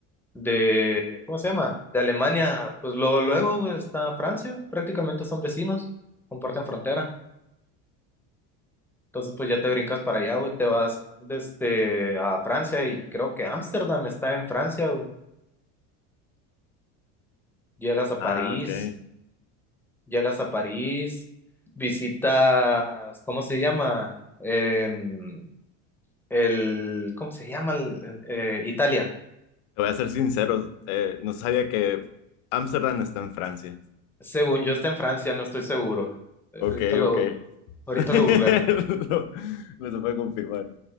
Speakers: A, in the centre; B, on the left (about 85°).
A: de, ¿cómo se llama? De Alemania, pues luego, luego güey, está Francia, prácticamente son vecinos, comparten frontera. Entonces, pues ya te brincas para allá, güey, te vas desde a Francia y creo que Ámsterdam está en Francia, güey. Llegas a París,
B: Ah, ok. Te
A: llegas a París, visitas, ¿cómo se llama? Em, el, ¿cómo se llama? el- eh, Italia.
B: voy a ser sincero, eh, no sabía que Ámsterdam está en Francia.
A: Según yo está en Francia, no estoy seguro. Eh,
B: Ok,
A: Ahorita lo,
B: ok.
A: ahorita
B: <laughs>
A: lo googleamos.
B: No, no se puede confirmar.